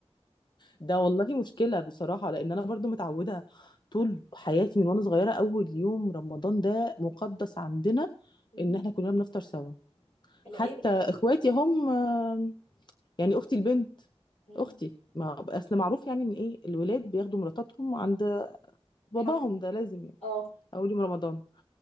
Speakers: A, on the left (about 45°); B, on the left (about 70°).
A: ده والله مشكلة بصراحة لأن أنا برضو متعودة طول حياتي من وأنا صغيرة أول يوم رمضان ده مقدس عندنا
B: مم.
A: إن إحنا كلنا بنفطر سوا
B: <laughs> العيلة
A: حتى
B: يعني.
A: إخواتي هم آم، يعني أختي البنت
B: مم.
A: أختي ما أصل معروف يعني إن إيه الولاد بياخدوا مراتاتهم عند باباهم
B: حمد
A: ده لازم يعني
B: اه
A: أول يوم رمضان